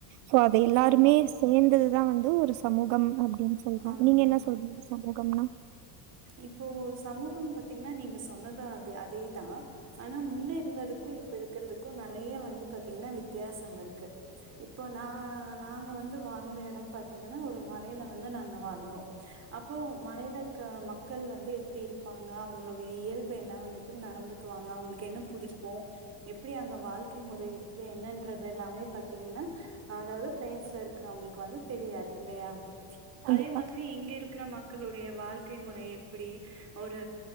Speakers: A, on the right (about 80°); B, on the right (about 30°).
A: சோ அத எல்லாருமே
B: சேரி
A: சே சேந்தது தா வந்து ஒரு சமூகம் அப்டின் சொல்றோ
B: ஆமாங்க
A: நீங்க என்ன சொல்றீங்க சமூகம்னா
B: இப்போ சமூகம் பத்தீங்ன்னா நீங்க சொன்னது அது அதே தா ஆனா முன்ன இருந்ததுக்கு இப்ப இருக்கிறதுக்கு நெறைய வந்து பாத்தீங்ன்னா வித்தியாசம் இருக்கு இப்ப நா நாங்க வந்து வாழ்ந்த எடம் பாத்தீங்கன்னா ஒரு மலையில வந்து நாங்க வாழ்ந்தோ அப்போ மலையில இருக்ற மக்கள் வந்து எப்டி இருப்பாங்க அவங்களுடைய இயல்பு என்னா அவுங்க எப்டி நடந்துக்குவாங்க அவங்ளுக்கு என்னப் புடிக்கு எப்டி அவங்க வாழ்க்கை முறை இருக்கு என்னன்றதெல்லாமே பாத்தீங்ன்னா அது அது பிளைன்ஸ்ல இருக்கறவங்ளுக்கு வந்து தெரியாது இல்லயா
A: கண்டிப்பா
B: அதே மாதிரி இங்க இருக்குற ம க்களுடைய வாழ்க்கை முறை எப்டி ஒரு